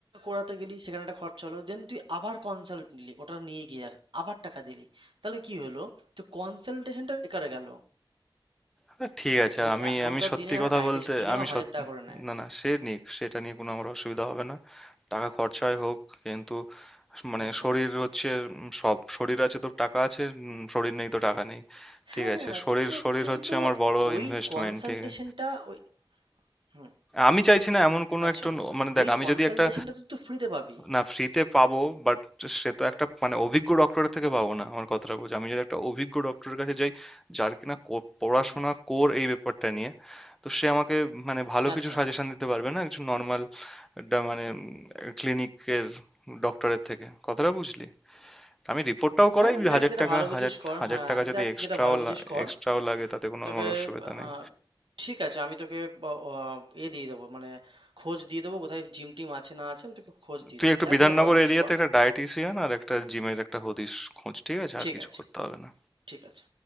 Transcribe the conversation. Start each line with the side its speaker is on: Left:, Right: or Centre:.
Right: করাতে গেলি সেখানে একটা খরচা হলো দেন তুই আবার কনসাল্ট নিলি ওটা নিয়ে গিয়ে আবার টাকা দিলি তাহলে কি হলো তো কনসালটেশনটা বেকার গেল
Centre: হ্যাঁ, ঠিক আছে
Right: দুধ
Centre: আর আমি
Right: এখনকার
Centre: আমি সত্যি
Right: দিনে একটা
Centre: কথা
Right: ডায়েটিশিয়ান
Centre: বলতে
Right: মিনিমাম
Centre: আমি
Right: হাজার
Centre: সত্যি
Right: টাকা করে নেয়
Centre: না না সে নিক সেটা নিয়ে কোনো আমার অসুবিধা হবে না টাকা খরচায় হোক কিন্তু মানে
Right: আচ্ছা
Centre: শরীর হচ্ছে উম, সব শরীর আছে তো টাকা আছে উম, শরীর নেই তো টাকা নেই ঠিক
Right: হ্যাঁ
Centre: আছে শরীর
Right: তুই তো
Centre: শরীর
Right: তুই
Centre: হচ্ছে
Right: তো
Centre: আমার বড়
Right: ওই
Centre: ইনভেস্টমেন্ট
Right: কনসালটেশনটা
Centre: ঠিক আছে
Right: ওই হুম
Centre: আমি চাইছি না এমন কোনো
Right: আচ্ছা
Centre: একটা ন- মানে দেখ
Right: ওই
Centre: আমি
Right: কনসালটেশনটা
Centre: যদি একটা
Right: তুই তো ফ্রিতে পাবি
Centre: না ফ্রিতে পাবো বাট সে তো একটা মানে অভিজ্ঞ ডক্টরের থেকে পাবো না আমার কথাটা বলছি আমি যদি একটা অভিজ্ঞ ডক্টরের কাছে যাই যার কিনা কো- পড়াশোনা
Right: হুম
Centre: কোর এই ব্যাপারটা নিয়ে তো সে আমাকে মানে ভালো
Right: আচ্ছা
Centre: কিছু সাজেশন দিতে পারবে না একজন নর্মাল মানে ক্লিনিকের ডক্টরের থেকে কথাটা বুঝলি আমি রিপোর্টটাও করাই
Right: হ্যাঁ, দেখ
Centre: হাজার
Right: যেটা
Centre: টাকা
Right: ভালো বুঝিস
Centre: হাজার
Right: কর।
Centre: হাজার
Right: হ্যাঁ,
Centre: টাকা যদি
Right: দেখ
Centre: এক্সট্রাও
Right: যেটা ভালো বুঝিস কর।
Centre: এক্সট্রাও লাগে তাতে কোনো
Right: তোকে
Centre: আমার অসুবিধা নেই
Right: আহ, ঠিক আছে আমি তোকে ব- আহ, এ দিয়ে দেবো মানে খোঁজ দিয়ে দেবো কোথায় জিম টিম আছে না আছে আমি তোকে খোঁজ দিয়ে
Centre: তুই
Right: দেবো।
Centre: একটু
Right: দেখ
Centre: বিধাননগর
Right: যেটা ভালো বুঝিস
Centre: এরিয়াতে
Right: কর।
Centre: একটা ডায়েটিশিয়ান আর একটা জিমের একটা হদিশ খোঁজ ঠিক আছে আর
Right: ঠিক
Centre: কিছু
Right: আছে,
Centre: করতে হবে না
Right: ঠিক আছে।